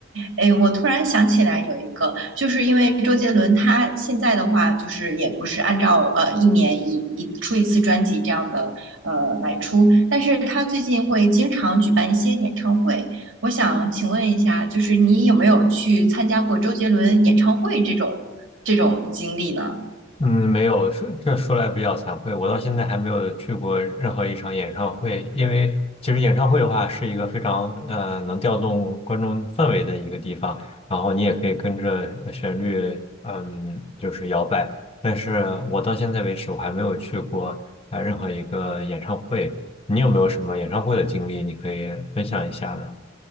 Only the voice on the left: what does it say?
嗯，没有，说这说来比较惭愧，我到现在还没有去过任何一场演唱会，因为其实演唱会的话是一个非常呃能调动观众氛围的一个地方，然后你也可以跟着呃旋律，嗯，就是摇摆。但是我到现在为止，我还没有去过呃任何一个演唱会。你有没有什么演唱会的经历，你可以分享一下呢？